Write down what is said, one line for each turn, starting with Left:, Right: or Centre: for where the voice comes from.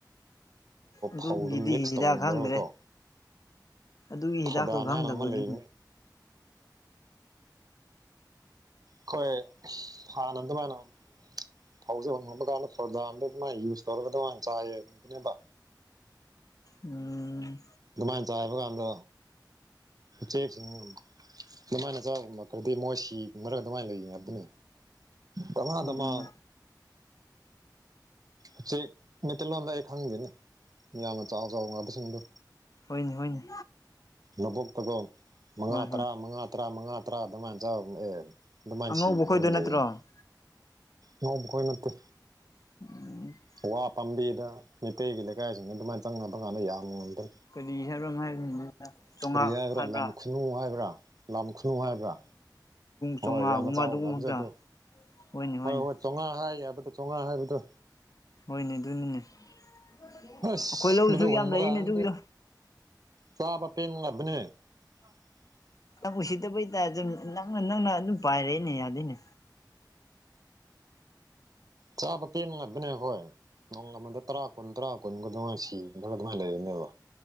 Left: ꯑꯗꯨꯒꯤꯗꯤ
Right: ꯐꯧꯗꯨ ꯃꯤꯛꯁ
Left: ꯍꯤꯗꯥꯛ
Right: ꯇꯧꯔꯒꯀꯣ
Left: ꯈꯪꯗ꯭ꯔꯦ ꯑꯗꯨꯒꯤ ꯍꯤꯗꯥꯛꯇꯣ
Right: ꯐꯣꯗꯥꯟ
Left: ꯈꯪꯗꯕꯒꯤ
Right: ꯍꯥꯏꯅ ꯑꯃ ꯂꯩꯕꯅꯤ ꯑꯩꯈꯣꯏ ꯑꯁ ꯍꯥꯟꯅ ꯗꯨꯃꯥꯏꯅ ꯐꯧꯁꯦ ꯍꯨꯜ ꯍꯨꯜꯕ ꯀꯥꯟꯗ ꯐꯣꯔꯣꯖꯥꯝꯗ ꯑꯗꯨꯃꯥꯏꯅ ꯌꯨꯁ ꯇꯧꯔꯒ ꯑꯗꯨꯃꯥꯏꯅ ꯆꯥꯏꯌꯦ ꯕꯟꯕ
Left: ꯎꯝ
Right: ꯑꯗꯨꯃꯥꯏꯅ ꯆꯥꯏꯕ ꯀꯥꯟꯗ ꯎꯆꯦꯛ ꯁꯤꯡ ꯑꯗꯨꯃꯥꯏꯅ ꯆꯕ ꯉꯝꯗꯔꯗꯤ ꯃꯣꯏ ꯁꯤ ꯃꯔꯒ ꯑꯗꯨꯃꯥꯏꯅ ꯂꯩꯒꯔꯅꯤ ꯇꯃꯥꯗꯃ
Left: ꯎꯝ
Right: ꯎꯆꯦꯛ ꯃꯩꯇꯩꯂꯣꯟꯗ ꯑꯩ ꯈꯪꯗꯦꯅꯦ ꯃꯤꯌꯥꯝꯅ ꯆꯥꯎ ꯆꯥꯎ ꯉꯕꯁꯤꯡꯗꯣ
Left: ꯍꯣꯏꯅ ꯍꯣꯏꯅ
Right: ꯂꯕꯨꯛ ꯇꯒ ꯃꯉꯥ
Left: ꯍꯣꯏ
Right: ꯇꯔꯥ
Left: ꯍꯣꯏ
Right: ꯃꯉꯥ ꯇꯔꯥ ꯃꯉꯥ ꯇꯔꯥ ꯑꯗꯨꯃꯥꯏꯅ ꯆꯕ ꯑꯦ ꯑꯗꯨꯃꯥꯏꯅ
Left: ꯑꯉꯧꯕ
Right: ꯁꯤꯈꯔꯒ
Left: ꯈꯣꯏꯗꯣ ꯅꯠꯇ꯭ꯔꯣ
Right: ꯂꯩꯌꯦ ꯅꯣꯡꯈꯣꯏ ꯅꯠꯇꯦ
Left: <inaudible>
Right: ꯎ ꯋꯥ ꯄꯥꯝꯕꯤꯗ ꯃꯩꯇꯩꯒꯤ ꯂꯩꯀꯥꯏꯁꯤꯡꯅ ꯑꯗꯨꯃꯥꯏꯅ ꯆꯪꯉꯕꯀꯥꯟꯗ ꯌꯥꯝꯃꯨꯗ
Left: ꯀꯔꯤ ꯍꯥꯏꯕ꯭ꯔꯥ ꯑꯃ ꯍꯥꯏꯕꯅꯤꯗ ꯆꯣꯉꯥ
Right: ꯀꯔꯤ ꯍꯨꯕꯔꯥ
Left: ꯍꯥꯏꯕ꯭ꯔꯥ
Right: ꯂꯝ ꯈꯨꯅꯨ ꯍꯥꯏꯕ꯭ꯔꯥ ꯂꯝ ꯈꯨꯅꯨ ꯍꯥꯏꯕ꯭ꯔꯥ
Left: ꯆꯣꯉꯥꯒꯨꯝꯕ
Right: ꯍꯣꯏ ꯌꯥꯝꯅ ꯆꯥꯎꯕ
Left: ꯑꯗꯨꯒꯨꯝꯕ
Right: ꯉꯥꯁꯥꯞꯗꯣ
Left: ꯈꯛꯇ ꯍꯣꯏꯅꯦ ꯍꯣꯏꯅꯦ
Right: ꯍꯣꯏ ꯍꯣꯏ ꯆꯧꯉꯥ ꯍꯥꯏ ꯍꯥꯏꯕꯗꯣ ꯆꯧꯉꯥ ꯍꯥꯏꯕꯗꯣ
Left: ꯍꯣꯏꯅꯦ ꯑꯗꯨꯅꯤꯅꯦ ꯑꯩꯈꯣꯏ
Right: ꯑꯁ
Left: ꯂꯧꯁꯨ
Right: ꯃꯗꯨ ꯍꯨꯟꯕ
Left: ꯌꯥꯝ ꯂꯩꯔꯤꯅꯦ
Right: ꯀꯥꯟꯗꯗꯤ
Left: ꯑꯗꯨꯒꯤꯗꯣ
Right: ꯆꯥꯕ ꯄꯦꯟ ꯂꯕꯅꯦ <inaudible>
Left: ꯅꯪ ꯎꯁꯤꯠꯇꯕꯩ ꯇꯥꯏꯞꯇ ꯅꯛꯅ ꯅꯪꯅ ꯑꯗꯨꯝ ꯄꯥꯏꯔꯦꯅꯦ ꯌꯥꯗꯦꯅꯦ
Right: ꯆꯥꯕ ꯄꯦꯟꯅꯕꯅꯦ ꯑꯩꯍꯣꯏ ꯅꯣꯡ ꯑꯃꯗ ꯇꯔꯥ ꯀꯨꯟ ꯇꯔꯥ ꯀꯨꯟꯒ ꯑꯗꯨꯃꯥꯏꯅ ꯁꯤꯔꯒꯥ ꯂꯩꯕꯅꯦꯕ